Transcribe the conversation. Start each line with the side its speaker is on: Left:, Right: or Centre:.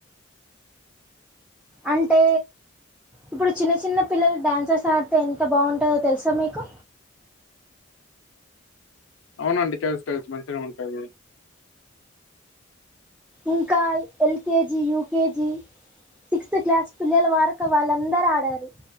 Centre: అంటే ఇప్పుడు చిన్న చిన్న పిల్లలు డాన్సర్స్ ఆడితే ఎంత బాగుంటదో తెల్సా మీకు
Left: అవునండి తెలుసు తెలుసు మంచిగా ఉంటది.
Centre: ఇంకా యల్కేజీ యూకేజీ సిక్స్త్ క్లాస్ పిల్లల వారక వాళ్ళందరూ ఆడారు